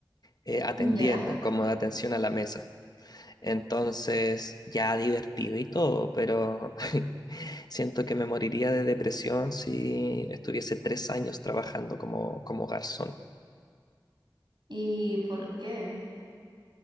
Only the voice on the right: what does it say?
Ya.
¿Y por qué?